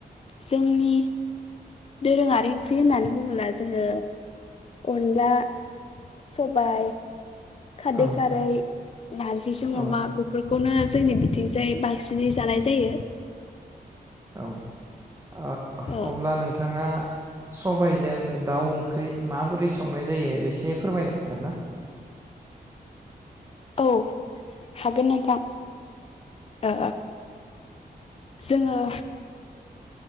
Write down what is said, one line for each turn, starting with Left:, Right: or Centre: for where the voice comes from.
Left: जोंनि दोरोङारि ओंख्रि होननानै बुङोला जोङो अनला सबाय खारदै
Right: औ
Left: खारै नारजिजों अमा
Right: औ
Left: बेफोरखौनो जोंनि बिथिंजाय बांसिनै जानाय जायो।
Right: औ आ
Left: ओ
Right: अब्ला नोंथाङा सबायजों दाउ ओंख्रि माबोरै संनाय जायो एसे फोरमायनो हांगोन ना?
Left: औ हागोन नोंथां ओ जोङो